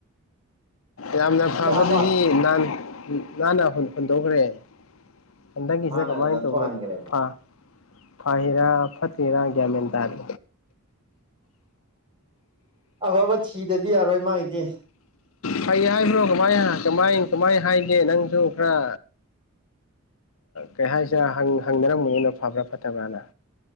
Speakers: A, on the left; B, on the right.
A: ꯌꯥꯝꯅ
B: ꯍꯟꯗꯛ
A: ꯐꯕꯗꯨꯗꯤꯥꯟ
B: ꯑꯃ
A: ꯟꯅ ꯍꯣꯟꯗꯣꯛꯈ꯭ꯔꯦ ꯍꯟꯗꯛꯀꯤꯁꯤꯗ
B: ꯃꯥꯅ
A: ꯀꯃꯥꯏꯅ
B: ꯅꯟꯊꯣꯛꯍꯟꯈ꯭ꯔꯦꯕ
A: ꯇꯧꯕꯅꯣ ꯐ ꯐꯥꯍꯤꯔ ꯐꯇꯍꯤꯔꯒ ꯃꯦꯟ ꯇꯥꯔ
B: ꯑꯐꯕ ꯊꯤꯗꯗꯤ ꯌꯥꯔꯣꯏ ꯃꯥꯡꯒꯤꯗꯤ
A: ꯐꯩ ꯍꯥꯏꯕ꯭ꯔꯣ ꯀꯃꯥꯏ ꯀꯃꯥꯏ ꯀꯃꯥꯏ ꯍꯥꯏꯒꯦ ꯅꯪꯁꯨ ꯈꯔ ꯀꯩ ꯍꯥꯏꯁꯤꯦ ꯍꯪꯅꯔꯝꯃꯅꯤꯅ ꯐꯕ꯭ꯔꯥ ꯐꯠꯇꯕ꯭ꯔꯥꯅ